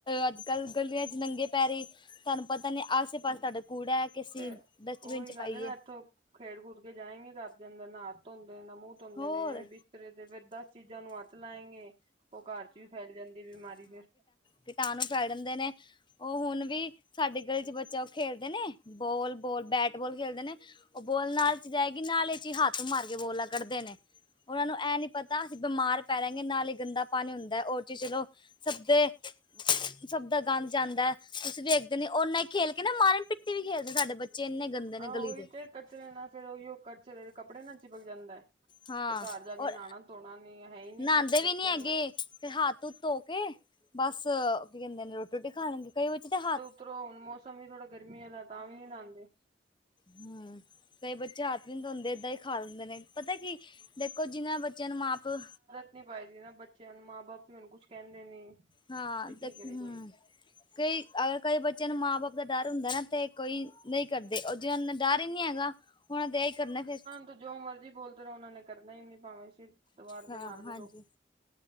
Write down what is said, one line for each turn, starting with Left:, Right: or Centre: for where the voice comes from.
Left: ਅੱਜ- ਕੱਲ ਗਲੀਆਂ 'ਚ ਨੰਗੇ ਪੈਰੀਂ। ਤੁਹਾਨੂੰ ਪਤਾ ਨਹੀਂ ਆਸੇ -ਪਾਸੇ ਸਾਡਾ ਕੂੜਾ ਏ ਕੇ ਅਸੀਂ
Right: ਫੇਰ
Left: ਡਸਟਬਿਨ
Right: ਉਹੀ
Left: 'ਚ
Right: ਗੱਲ
Left: ਪਾਈਏ।
Right: ਨਾ ਇੱਥੋਂ ਖੇਡ ਖੂਡ ਕੇ ਜਾਏਗੇ, ਘਰੇ ਦੇ ਅੰਦਰ ਨਾ ਹੱਥ ਧੋਂਦੇ, ਨਾ ਮੂੰਹ ਧੋਂਦੇ
Left: ਹੋਰ
Right: ਨੇ ਐਵੇਂ ਇਸਰੇ ਦੇ ਫੇਰ ਦਸ ਚੀਜ਼ਾਂ ਨੂੰ ਹੱਥ ਲਾਏਂਗੇ, ਉਹ ਘਰ ਚ ਵੀ ਫੈਲ ਜਾਂਦੀ ਬਿਮਾਰੀ ਫਿਰ।
Left: ਕੀਟਾਣੂੰ ਫੈਲ ਜਾਂਦੇ ਨੇ। ਉਹ ਹੁਣ ਵੀ ਸਾਡੇ ਗਲੀ ਚ ਬੱਚਾ ਉਹ ਖੇਲਦੇ ਨੇ। ਬੋਲ, ਬੋਲ, ਬੈਟ ਬੋਲ ਖੇਲਦੇ ਨੇ ਉਹ ਬੋਲ ਨਾਲੇ ਚ ਜਾਏਗੀ, ਨਾਲੇ ਚ ਹੀ ਹੱਥ ਮਾਰ ਕੇ ਬੋਲਾ ਕੱਢਦੇ ਨੇ। ਉਹਨਾਂ ਨੂੰ ਇਹ ਨੀ ਪਤਾ ਅਸੀਂ ਬਿਮਾਰ ਪੈ ਰਹਾਂਗੇ ਨਾਲ ਹੀ ਗੰਦਾ ਪਾਣੀ ਹੁੰਦਾ ਏ, ਓ ਚੀਜ਼ ਚਲੋ ਸਭ ਦੇ ਸਭ ਦਾ ਗੰਦ ਜਾਂਦਾ, ਤੁਸੀਂ ਵੇਖਦੇ ਨੀ ਓਨਾ ਹੀ ਖੇਲ ਕੇ ਨਾ ਮਾਰਨ ਪਿੱਟੀ ਵੀ ਖੇਲਦੇ, ਸਾਡੇ ਬੱਚੇ ਇੰਨੇ ਗੰਦੇ ਨੇ
Right: ਆਹ
Left: ਗਲੀ
Right: ਉਹੀ
Left: ਦੇ
Right: ਤੇ ਕਚਰੇ ਨਾਲ ਫਿਰ ਓਹੀਓ ਕਚਰੇ ਕੱਪੜੇ ਨਾ ਚਿਪਕ ਜਾਂਦਾ ਹੈ।
Left: ਹਾਂ।
Right: ਤੇ ਘਰ ਜਾ ਕੇ
Left: ਔਰ,
Right: ਨਹਾਣਾ ਧੋਣਾ ਨੀ ਹੈ ਹੀ ਨੀ
Left: ਨਾਂਦੇ
Right: ਕੁੱਛ ਬੱਚਿਆਂ
Left: ਵੀ ਨੀ ਹੈਗੇ,
Right: ਨੂੰ
Left: ਫੇਰ ਹੱਥ ਹੁਥ ਧੋ ਕੇ ਬਸ ਕੀ ਕਹਿੰਦੇ ਨੇ, ਰੋਟੀ-ਰੋਟੀ ਖਾ ਲੈਣਗੇ, ਕਈ ਬੱਚੇ ਤੇ ਹੱਥ
Right: ਓਤਰੋਂ ਮੌਸਮ ਵੀ ਥੋੜ੍ਹਾ ਗਰਮੀ ਵਾਲਾ ਹੈ, ਤਾਂ ਵੀ ਨਹੀਂ ਨਾਂਦੇ।
Left: ਹੂ, ਕਈ ਬੱਚੇ ਹੱਥ ਵੀ ਨੀ ਧੋਂਦੇ ਇੱਦਾਂ ਹੀ ਖਾ ਲੈਂਦੇ ਨੇ, ਪਤਾ ਹੈ ਕੀ, ਦੇਖੋ, ਜਿਨ੍ਹਾਂ ਬੱਚਿਆਂ ਨੂੰ ਮਾਂ-ਪਿਓ
Right: ਕੁਟ ਨੀ ਪਾਈਦਾ ਬੱਚਿਆਂ ਨੂੰ ਮਾਂ-ਬਾਪ ਵੀ ਹੁਣ ਕੁਛ ਕਹਿੰਦੇ ਨੀ
Left: ਹਾਂ,
Right: ਕੀ
Left: ਤੇ
Right: ਕਰੇ
Left: ਹਮ।
Right: ਕੋਈ
Left: ਕਈ ਅ ਕਈ ਬੱਚਿਆਂ ਨੂੰ ਮਾਂ ਬਾਪ ਦਾ ਡਰ ਹੁੰਦਾ ਨਾ, ਤੇ ਕੋਈ ਨਹੀਂ ਕਰਦੇ। ਉਹ ਜਿਨ੍ਹਾਂ ਨੂੰ ਡਰ ਹੀ ਨੀ ਹੈਗਾ ਹੁਣ ਇਹਦਾ ਹੀ ਕਰਨਾ ਫੇਰ।
Right: ਤੂੰ ਜੋ ਮਰਜ਼ੀ ਬੋਲਦੇ ਰਹੋ, ਉਨ੍ਹਾਂ ਨੇ ਕਰਨਾ ਹੀ ਨੀ ਭਾਂਵੇ ਸਿਰ ਦੀਵਾਰ ਤੇ
Left: ਹਾਂ
Right: ਮਾਰਦੇ
Left: ਹਾਂਜੀ
Right: ਰਹੋ,